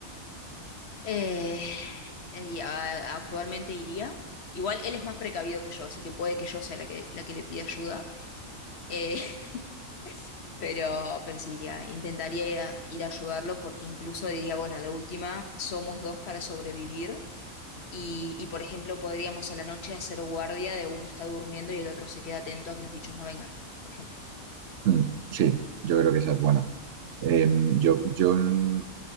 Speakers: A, on the left; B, on the right.
A: Eh, y a- actualmente iría. Igual él es más precavido que yo, así que puede que yo sea la que, la que le pida ayuda. Eh, <laughs> pero, pero sí iría, intentaría ir a ayudarlo porque incluso diría, bueno, de última, somos dos para sobrevivir. Y, y, por ejemplo, podríamos a la noche hacer guardia de uno está durmiendo y el otro se queda atento a que los bichos no vengan, por ejemplo.
B: Mm, sí, yo creo que esa es buena. Eh, yo, yo mm,